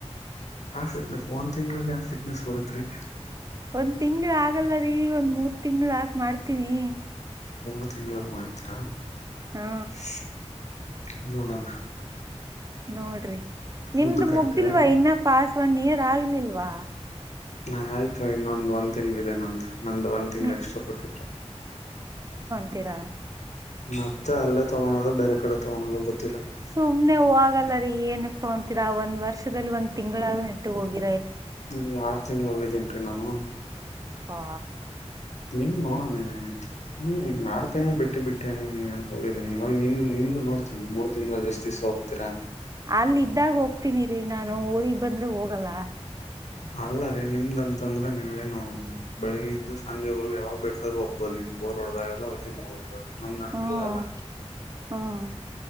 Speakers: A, on the left; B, on the right.
A: ಆ ಫಿಟ್ನೆಸ್ ಒಂದ್ ತಿಂಗಳಲ್ಲಿ ಆಾವ ಫಿಟ್ನೆಸ್ ಬರುತ್ರಿ
B: ಒಂದ್ ತಿಂಗ್ಳ ಆಗಲ್ಲರಿೀ ಒಂದ್ ಮೂರ್ ತಿಂಗಳ ಆಗ ಮಾಡ್ತನಿ
A: ಮೂರ್ ತಿಂಗಳದ ಮಾಡ್ತರಾ
B: ಹಾ
A: <inaudible> ನೋಡಣ
B: ನೋಡ್ರಿ ನಿಮ್ದು
A: ಮುದ್ದಕ್ ಹಾಕ್ತೀರಾ
B: ಮುಗ್ದಿಲ್ವಾ ಇನ್ನ ಪಾಸ್ ಒನ್ ಇಯರ್ ಆಗ್ಲಿಲ್ಲ ವಾ
A: ಹಾ ಆಯ್ತು ನೊಂದ ಒಂದ್ ತಿಂಗ್ ಇದೆ ನೊಂದು ನಂದು ಒಂದ್ ತಿಂಗ್ಳ
B: ಹ್ಮ್
A: ಎಕ್ಸ್ಟ್ರಾ ಕೊಟ್ಟಿದ್ರು
B: ತರ
A: ಮತ್ತೆ ಅಲ್ಲೇ ತಗೋಳೋದು ಬೇರೆ ಕಡೆ ತಗಳೋದು ಗತ್ತೆ
B: ಸುಮ್ನೆ ಹಾಗಲ್ಲ ರೀ ಏನಕ್ ತಗೊಂತೀಾ ಒಂದ್ ವರ್ಷದಲ್ಲಿ ಒಂದ ತಿಂಗಳಾದ ನೆಟ್ಟು ಹೋಗಿ
A: ಹ್ಮ್ಗೆ ಆರು ತಿಂಗ್ಳ ಹೋಗೈತಿ ೇನ್ರಿ ನಾನು
B: ಹಾ
A: ನಿಮ ನೋಡಣ ಹ್ಮ್ ಆರು ತಿಂಗ ಬಿಟ್ಟು ಬಿಷ್ಟ - ಬಿಟ್ಟ ಹಂಗಂತ ಹೋಗಿದೀನ ಇವಾಗ ನಿಮ ನಿಮ್ದ ನೋಡ್ತೀಿ ಮೂರು ತಿಂಗಳಲ್ಲಿ ಎಷ್ಟ ದಿವಸ ಹೋಗ್ತರಾ
B: ಅಲ್ಲ ಇದ್ದಾಗ ಹೋಗ್ತನಿ ರರಿ ನಾನು ಊರಿಗೆಗ್ ಬಂದ್ರೆ ಹೋಗಲ್ಲ
A: ಅಲ್ಲ ರೀ ನಿಮ್ದಂತಂದ್ರೆ ನೀವ ೇನು ಬೆಳಿಗ್ಗೆಯಿಂದ ಸಂಜೆವರೆಗ ಯಾವಾಗ ಬೇಕಾದ್ರ ಹ್ಬಹದು ನಿಮ್ ಬೋರ್ರಡ್ದಾಗೆಲ್ಲ ಹೊರ್ಜಮ್ ಹೋಗ್ಬಹದು ನಮ್ದಂಗಲ್ಲ
B: ಹ್ಮ್
A: ಅಲ್ಲ
B: ಹ್ಮ್